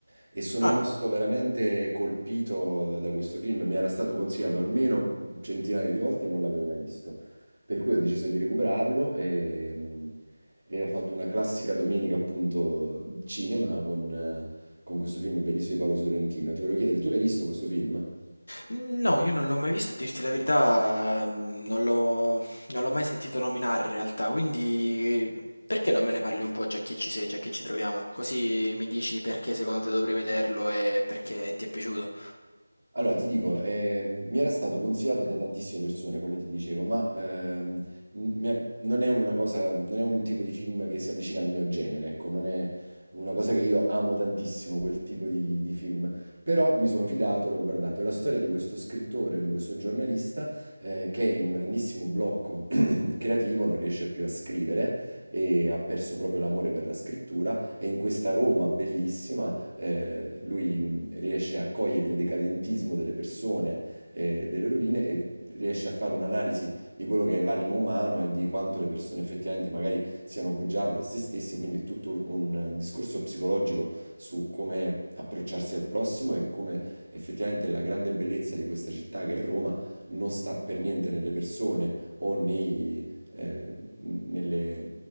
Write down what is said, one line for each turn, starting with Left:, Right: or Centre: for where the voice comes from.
Right: E sono
Left: Ah,
Right: rimasto veramente colpito da questo film. Mi era stato consigliato almeno centinaia di volte e non l'avevo mai visto. Per cui ho deciso di recuperarlo e, e ho fatto una classica domenica, appunto, cinema con, con questo film bellissimo di Paolo Sorrentino. Ti volevo chiedere, tu l'hai visto questo film?
Left: no, io non l'ho mai visto, a dirti la verità, mm, non l'ho non l'ho mai sentito nominare in realtà, quindi perché non me ne parli un po' già che ci sei, già che ci troviamo? Così mi dici perché secondo te dovrei vederlo e perché ti è piaciuto.
Right: Allora, ti dico, ehm, mi era stato consigliato da tantissime persone, come ti dicevo, ma ehm, n- mi ha- non è una cosa, non è un tipo di film che si avvicina al mio genere, ecco, non è una cosa che io amo tantissimo, quel tipo di, di film. Però mi sono fidato e l'ho guardato. È la storia di questo scrittore, di questo giornalista eh, che è in un grandissimo blocco <clears throat> creativo, non riesce più a scrivere e ha perso proprio l'amore per la scrittura e in questa Roma bellissima eh, lui riesce a cogliere il decadentismo delle persone e delle rovine e riesce a fare un'analisi di quello che è l'animo umano e di quanto le persone effettivamente magari siano bugiarde a se stesse, quindi è tutto un discorso psicologico su come approcciarsi al prossimo e come effettivamente la grande bellezza di questa città che è Roma non sta per niente nelle persone o nei, eh, nelle